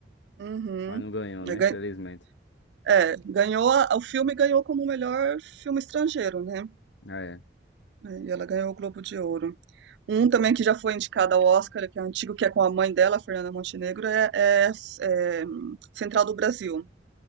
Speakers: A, on the right; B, on the left.
A: Uhum.
B: mas não ganhou, né?
A: É, gan-
B: Infelizmente.
A: é, ganhou, a- o filme ganhou como melhor filme estrangeiro, né?
B: Ah, É.
A: É, E ela ganhou o Globo de Ouro. Um também que já foi indicado ao Oscar, que é antigo, que é com a mãe dela, Fernanda Montenegro, é, é- é, hum, Central do Brasil.